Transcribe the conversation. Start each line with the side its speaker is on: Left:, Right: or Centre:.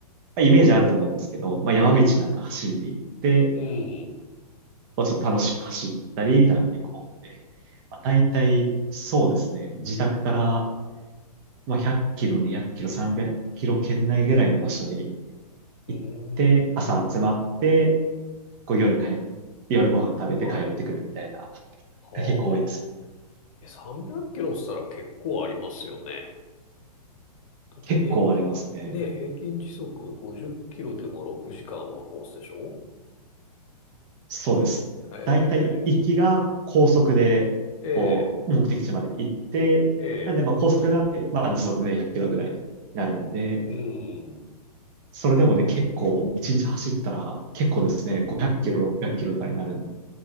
Right: まあ、イメージあると思うんですけど、まあ、山道なんか走りに行って、
Left: ええ。うん。
Right: こうちょっと楽しく走ったりみたいなのが結構多くて、まあ、大体そうですね、自宅から、まあ、100キロ、200キロ、300キロ圏内ぐらいの場所に行って、
Left: うーん。
Right: 朝集まって、こう夜帰って、夜ご飯食べて帰ってくるみたいな、
Left: はい。はあ。
Right: が結構多いです。
Left: え、300キロしたら結構ありますよね。だって平、
Right: 結構ありますね。
Left: ね、平均時速50キロでも6時間のコースでしょ
Right: そうです。
Left: え
Right: だいたい行きが高速で、
Left: えええ
Right: こう、目的地まで行って、
Left: ええ
Right: なんで、まあ高速なんで、まあ時速ね、100キロぐらいになるんで、
Left: うん。
Right: それでもね、結構、1日走ったら、結構ですね、500キロ、600キロとかになるんで、